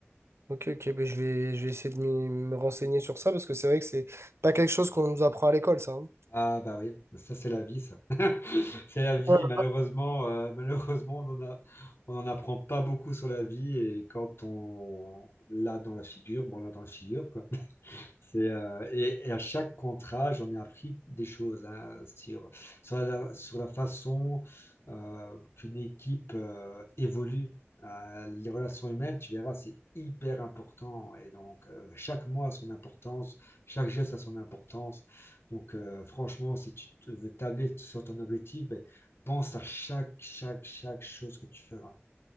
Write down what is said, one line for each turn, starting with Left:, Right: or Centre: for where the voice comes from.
Right: ok, ok. Ben, je vais, je vais essayer de m'y- me renseigner sur ça parce que c'est vrai que c'est pas quelque chose qu'on nous apprend à l'école, ça. hein.
Left: Ah bah oui, mais ça c'est la vie, ça. <laughs> C'est la vie,
Right: Ouais.
Left: malheureusement, euh, malheureusement, on en a- on n'en apprend pas beaucoup sur la vie et quand on l'a dans la figure, bon, on l'a dans la figure, C'est, euh, et, et à chaque contrat, j'en ai appris des choses hein, sur, sur la, sur la façon euh, qu'une équipe euh, évolue. Euh, les relations humaines, tu verras, c'est hyper important. Et donc, euh, chaque mois a son importance, chaque geste a son importance. Donc, euh, franchement, si tu te- veux tabler sur ton objectif, ben, pense à chaque, chaque, chaque chose que tu feras.